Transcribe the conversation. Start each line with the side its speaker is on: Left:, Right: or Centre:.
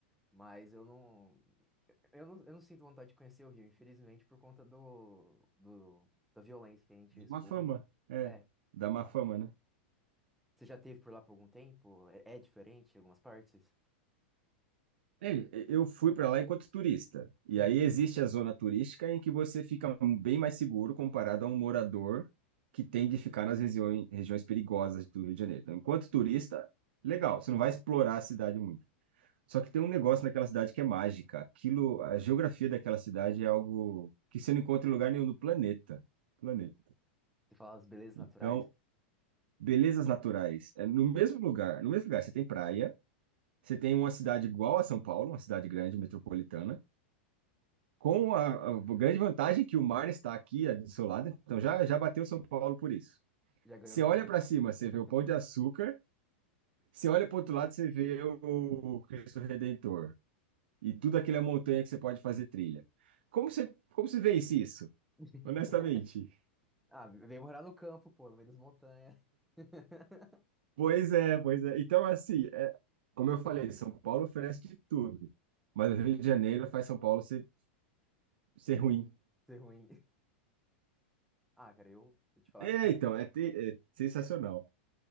Centre: Mas eu não, eu não, eu não sinto vontade de conhecer o Rio, infelizmente, por conta do, do, da violência que a gente
Right: Dá
Centre: escuta.
Right: uma fama, é,
Centre: É,
Right: dá
Centre: tá
Right: uma
Centre: uma-
Right: fama, né?
Centre: Você já teve por lá por algum tempo? É, é diferente em algumas partes?
Right: É, eu fui para lá enquanto turista. E
Centre: Uhum.
Right: aí existe a zona turística em que você fica bem mais seguro comparado a um morador que tem de ficar nas regiões, regiões perigosas do Rio de Janeiro. Então, enquanto turista, legal, você não vai explorar a cidade muito. Só que tem um negócio naquela cidade que é mágica. Aquilo, a geografia daquela cidade é algo que você não encontra em lugar nenhum do planeta. Planeta.
Centre: Você fala as belezas
Right: Então,
Centre: naturais?
Right: belezas naturais. É no mesmo lugar, no mesmo lugar, você tem praia, você tem uma cidade igual a São Paulo, uma cidade grande, metropolitana com a, a grande vantagem que o mar está aqui a- do seu lado, então já, já bateu São Paulo por isso.
Centre: Já ganhou
Right: Você
Centre: no
Right: olha
Centre: mar.
Right: para cima, você
Centre: <laughs>
Right: vê o Pão de Açúcar, você olha para o outro lado, você vê o Cristo Redentor e tudo aquilo é montanha que você pode fazer trilha. Como você, como você vence isso,
Centre: <laughs>
Right: honestamente?
Centre: Ah, vem morar no campo, pô, no meio das montanhas. <laughs>
Right: Pois é, pois é. Então, assim, é, como eu falei, São Paulo oferece de tudo, mas o Rio de Janeiro faz São Paulo ser, ser
Centre: Ser
Right: ruim.
Centre: ser ruim. Ah, cara, eu vou te falar
Right: É,
Centre: que.
Right: então, é, te- é sensacional.